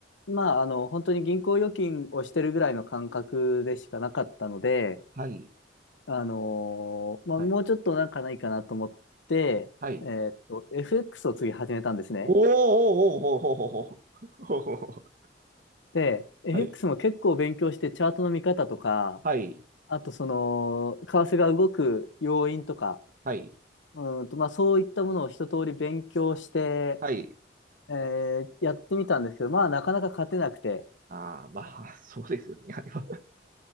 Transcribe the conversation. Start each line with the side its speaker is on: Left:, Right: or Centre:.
Left: まあ、あの、本当に銀行預金をしてるぐらいの感覚でしかなかったので、
Right: はい、
Left: あのーまあ、
Right: はい、
Left: もうちょっとなんかないかなと思って、
Right: はい。
Left: えーっと、FX を次始めたんですね。
Right: おーおーおーほほほほほほ
Left: で、FX
Right: はい、
Left: も結構勉強して、チャートの見方とか、
Right: はい、
Left: あとその、為替が動く要因とか、
Right: はい、
Left: うーんと、まあ、そういったものを一通り勉強して、
Right: はい。
Left: えーやってみたんですけど、まあ、なかなか勝てなくて、
Right: ああ、まあ、そうですよね。あれは